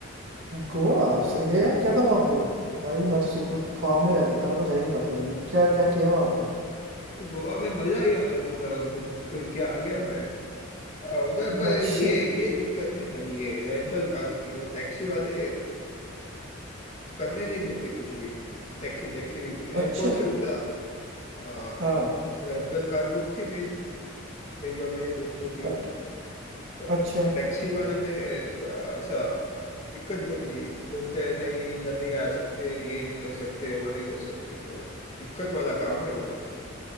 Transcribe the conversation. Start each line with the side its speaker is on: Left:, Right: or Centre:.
Right: गोवा सही है यार क्या था वहां पे भाई मैं तो सो- ख्वाब में रह जाता मैं तो जा ही नहीं पाता कभी क्या क्या किया वहां पे
Left: गोवा में मजा ही आ गया पूरा घूम फिर के आ गया मैं आ, उधर पर
Right: अच्छा
Left: ये ये दिक्कत है खाली ये रेंटल कार्स की वो टैक्सी वाले करने नहीं देते कुछ भी टैक्सी टैक्सी एयरपोर्ट
Right: अच्छा
Left: से उतरा आ,
Right: हाँ
Left: रेंटल कार बुक थी मेरी मेरी और मेरे दोस्तों की
Right: अ-
Left: पर
Right: अच्छा
Left: टैक्सी वाले ने थोड़ा सा दिक्कत दे दी बोलते हैं नहीं इधर नहीं आ सकते ये नहीं कर सकते वो नहीं कर सकते थोड़ा दिक्कत वाला काम है वो